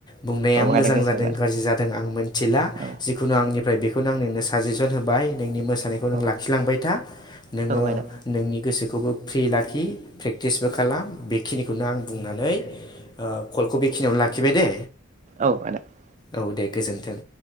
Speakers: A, on the left (about 20°); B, on the right (about 35°).
A: बुंनाया
B: औ
A: मोजां
B: आदा गोसोआव
A: जादों
B: लादो
A: गाज्रि जादों आं मिथिला
B: औ
A: जिखुनु आंनिफ्राय बेखौनो आं नोंनो सा साजेसन होबाय नोंनि मोसानायखौ नों
B: औ औ
A: लाखिलांबाय था। नोङो
B: आदा
A: नोंनि गोसोखौबो फ्रि लाखि प्रेक्टिसबो खालाम बेखिनिखौनो आं बुंनानै कलखौ बेखिनियावनो लाखिबाय दे
B: औ आदा औ
A: औ दे गोजोन्थों